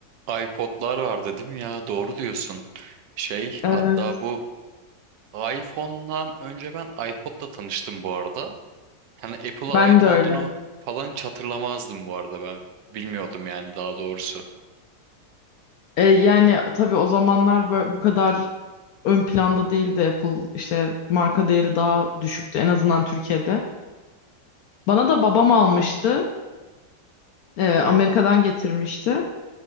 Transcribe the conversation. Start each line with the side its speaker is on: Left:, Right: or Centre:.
Right: o iPod'lar vardı değil mi ya? Doğru diyorsun. Şey hatta
Left: Evet.
Right: bu iPhone'dan önce ben iPod'la tanıştım bu arada. Hani Apple'a
Left: Ben
Right: ait
Left: de
Right: olduğunu
Left: öyle.
Right: falan hiç hatırlamazdım bu arada ben. Bilmiyordum yani daha doğrusu.
Left: E, yani tabii o zamanlar böyle bu kadar ön planda değildi Apple. İşte marka değeri daha düşüktü en azından Türkiye'de. Bana da babam almıştı. E, Amerika'dan getirmişti.